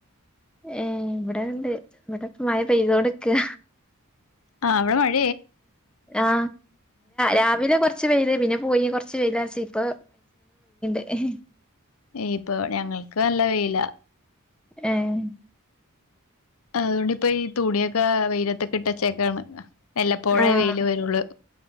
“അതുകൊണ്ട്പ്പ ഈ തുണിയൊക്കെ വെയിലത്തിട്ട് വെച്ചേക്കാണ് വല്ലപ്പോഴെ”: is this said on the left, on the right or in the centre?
Left